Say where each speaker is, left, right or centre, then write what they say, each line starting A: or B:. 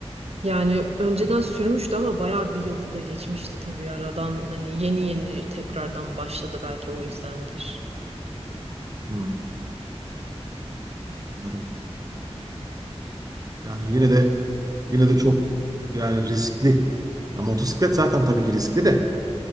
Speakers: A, on the right; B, on the right.
A: Yani önceden sürmüştü ama bayağı bir yılda geçmişti tabii aradan hani yeni yeni tekrardan başladı belki o yüzdendir.
B: Hmm, anladım. Yani yine de yine de çok yani riskli. Ya motosiklet zaten tabii ki riskli de.